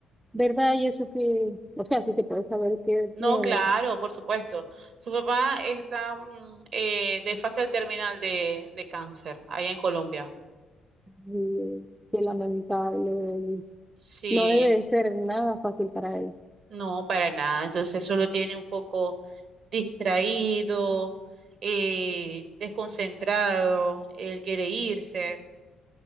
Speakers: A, in the centre; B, on the right.
A: ¿Verdad? Y eso que, o sea, sí se puede saber qué
B: No,
A: tiene,
B: claro, por supuesto. Su papá está mm, eh, de fase terminal de, de cáncer allá en Colombia.
A: y, qué lamentable, y
B: Sí,
A: no debe de ser nada fácil para él.
B: no, para nada. Entonces eso lo tiene un poco distraído, eh, desconcentrado. Él quiere irse.